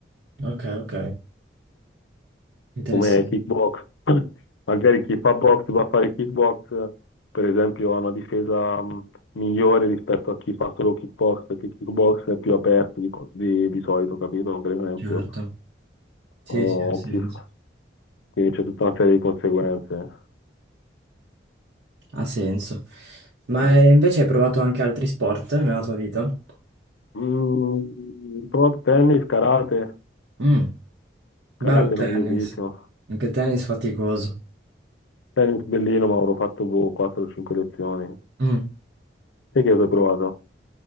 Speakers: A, on the right (about 80°); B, on the left (about 85°).
A: ok, ok. Interessante.
B: come kickbox. <clears throat> Magari chi fa box va a fare kickbox, per esempio, ha una difesa mh, migliore rispetto a chi fa solo kickbox, perché kickbox è più aperto di, co- di- di solito, capito? Per esempio,
A: Certo, Sì,
B: o
A: sì, ha senso.
B: chi fa- quindi c'è tutta una serie di conseguenze.
A: ha senso. Ma
B: Mm.
A: eh, invece hai provato anche altri sport nella tua vita?
B: Mm, ho provato tennis, karate,
A: Mm, Bello
B: karate
A: il tennis,
B: noiosissimo.
A: anche il tennis faticoso.
B: Tennis bellino, ma avrò fatto boh, 4-5 lezioni.
A: Mm.
B: Te che cosa hai provato?